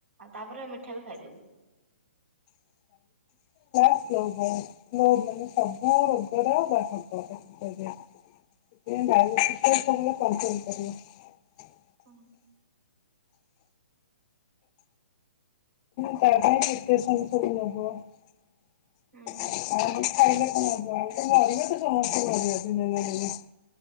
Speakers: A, on the right; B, on the left.
A: ତାପରେ ମିଠା ବି ଖାଇଦବୁ।
B: ଓହ୍ <inaudible> ସବୁ ରୋଗର <inaudible> ସେଥିପାଇଁ ଡାଇବେଟିସ ଟା <inaudible> କଣ୍ଟ୍ରୋଲ କରିବ।
A: ହୁଁ।
B: ତା ପାଇଁ କେତେ <unintelligible> ନବ। ଆଉ
A: ହୁଁ
B: ଖାଇଲେ କଣ ହବ ଆ ମରିବ ତ ସମସ୍ତେ ମରିବା ଦିନେ ନା ଦିନେ।